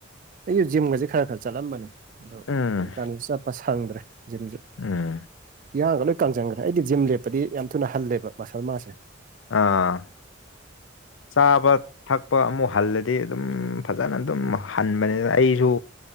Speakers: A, on the right; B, on the left.
A: ꯑꯩꯖꯨ ꯖꯤꯝꯒꯖꯦ ꯈꯔ ꯈꯔ ꯆꯠꯂꯝꯕꯅꯦ ꯑꯗꯣ
B: ꯎꯝ
A: ꯍꯧꯖꯤꯛꯀꯥꯟꯗꯤ ꯆꯠꯄ ꯁꯪꯗ꯭ꯔꯦ ꯖꯤꯝꯁꯨ
B: ꯎꯝ
A: ꯏꯌꯥꯡꯒ ꯂꯣꯏ ꯀꯡꯖꯟꯒꯔꯦ ꯑꯩꯗꯤ ꯖꯤꯝ ꯂꯦꯞꯄꯗꯤ ꯌꯥꯝ ꯊꯨꯅ ꯍꯜꯂꯦꯕ ꯃꯁꯜ ꯃꯥꯁꯁꯦ
B: ꯑꯥ ꯆꯥꯕ ꯊꯛꯄ ꯑꯃꯨꯛ ꯍꯜꯂꯦ ꯗꯤ ꯑꯗꯨꯝ ꯐꯖꯅ ꯑꯗꯨꯝ ꯍꯟꯕꯅꯤꯅ ꯑꯩꯖꯨ